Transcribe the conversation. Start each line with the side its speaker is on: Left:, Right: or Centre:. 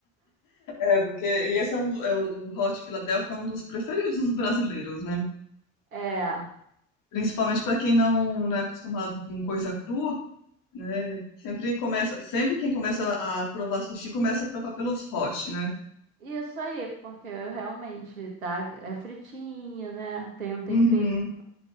Left: É, porque e esse é um do- é, o o Hot Filadélfia é um dos preferidos dos brasileiros, né?
Right: É,
Left: Principalmente para quem não, não é acostumado com coisa crua, né? Sempre começa, sempre quem começa a provar sushi começa a provar pelos hot, né?
Right: isso aí, porque realmente tá, é fritinho, né? Tem um temperinho.
Left: Uhum.